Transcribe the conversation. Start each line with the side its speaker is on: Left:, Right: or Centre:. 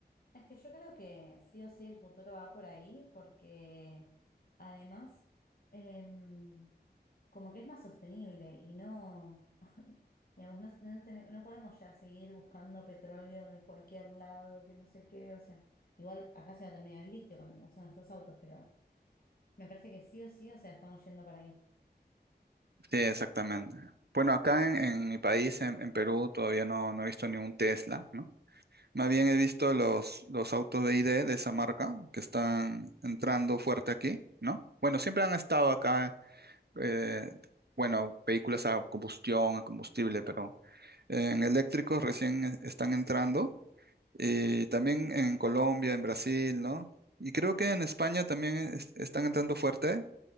Left: Es que yo creo que sí o sí el futuro va por ahí porque además em, como que es más sostenible y no, <laughs> digamos, no, no tene- no podemos ya seguir buscando petróleo de cualquier lado, que no sé qué, o sea, igual acá se va a terminar el litio cuando usan estos autos, pero me parece que sí o sí, o sea, estamos yendo para ahí.
Right: Sí, exactamente. Bueno, acá en, en mi país, en, en Perú, todavía no, no he visto ni un Tesla, ¿no? Más bien he visto los, los autos de ID de esa marca que están entrando fuerte aquí, ¿no? Bueno, siempre han estado acá eh, bueno, vehículos a combustión, a combustible, pero en eléctricos recién e- están entrando y también en Colombia, en Brasil, ¿no? Y creo que en España también es- están entrando fuerte,